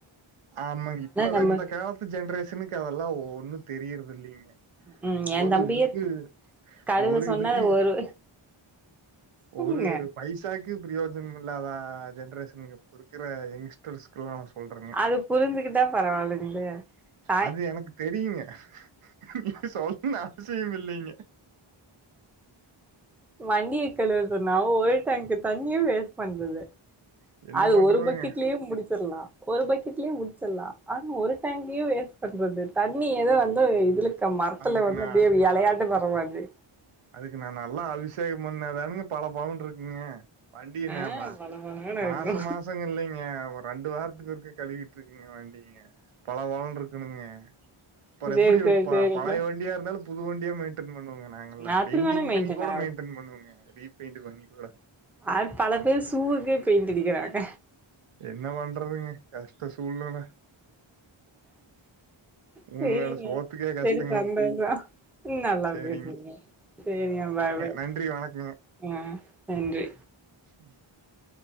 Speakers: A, on the right; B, in the centre.
A: ஆமாங்க இப்பவே
B: நம்ம
A: இந்த காலத் ஜென்ரேஷனுக்கு அதெல்லா ஒன்னு தெரியறது இல்லீங்க
B: ம் என்
A: ஒரு
B: தம்பியே
A: இதுக்கு
B: கழுவ
A: ஒரு
B: சொன்னா
A: இதுக்கு
B: ஒரு சொல்லுங்க
A: ஒரு பைசாக்கு பிரியோஜனம் இல்லாத ஜென்ட்ரேஷன்ங்க இப்ப இருக்கற யங்ஸ்டர்ஸ் பொதுவா நா சொல்றங்க
B: அது புரிஞ்சுக்கிட்டா பரவாயில்லைங்களே ட
A: அது எனக்கு தெரியுங்க நீங்க சொல்ம்னு அவசியோ இல்லீங்க
B: வண்டிய கழுவ சொன்னா ஒரு டேங்க்கு தண்ணிய வேஸ்ட் பண்றது
A: என்ன
B: அது
A: பண்றதுங்க
B: ஒரு பக்கெட்லே முடிச்சர்லா ஒரு பக்கெட்லே முட்ச்சர்லா ஆனா ஒரு டேங்கையு வேஸ்ட் பண்றது தண்ணி ஏதோ வந்து இதுல க மரத்துல
A: அதுக்கு
B: வந்து
A: நா
B: அப்டே எலையாட்டோ பரவாது
A: அதுக்கு நா நல்லா அபிஷேகம் பண்ணாதானங்க பல பலனு இருக்குங்க வண்டினம
B: ஆ வள வளன்னு
A: மாச
B: இருக்கு
A: மாசோ இல்லைங்க ரெண்டு வாரத்துக்கு ஒருக்க கழுவிட்டு இருக்கங்க வண்டிங்க பல பலன்னு இருக்குணுங்க அப்றோ
B: சேரி
A: எப்டி
B: சேரி சேரிங்க
A: பழைய வண்டியா இருந்தாலு புது வண்டியா மெயின்டெய்ன் பண்ணுவோங்க நாங்கல்லா
B: அப்டி
A: பெண்டிங்
B: வேணா
A: பண்ணி கூட
B: ஆகுது
A: மெயின்டென் பண்ணுவங்க ரீபெயிண்ட் பண்ணி கூட
B: அது பல பேர் சூவுக்கே பெயிண்ட் அடிக்கிறாங்க
A: என்ன பண்றதுங்க கஷ்ட சூழ்நெல மூணு
B: சேரிங்க
A: வேள சோத்துக்கே
B: சேரி
A: கஷ்டங்க
B: பண்றதா ம் நல்லா
A: சேரிங்க
B: பேசுறிங்க சேரிங்க பாய் பாய்
A: நன்றி வணக்கங்க
B: ம் நன்றி
A: <inaudible>